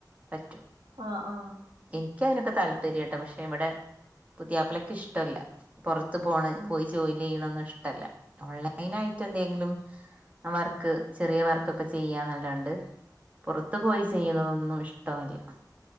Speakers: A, on the right; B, on the right.
A: പറ്റും.
B: ആഹ് ആഹ്
A: ഇൻക്ക് അയിനൊക്കെ താല്പര്യട്ടോ പക്ഷെ ഇവിടെ പുതിയാപ്ലക്ക് ഇഷ്ടല്ല. പുറത്ത് പോണത്
B: ആഹ്
A: പോയി ജോലി ചെയ്യണന്നും ഇഷ്ടല്ല ഓൺലൈനായിട്ട്
B: ആഹ്
A: എന്തെങ്കിലും വർക്ക് ചെറിയ വർക്കൊക്കെ ചെയ്യാന്നല്ലാണ്ട് പുറത്ത് പോയി
B: ആഹ്
A: ചെയ്യുന്നതൊന്നും ഇഷ് ട്ടമല്ല.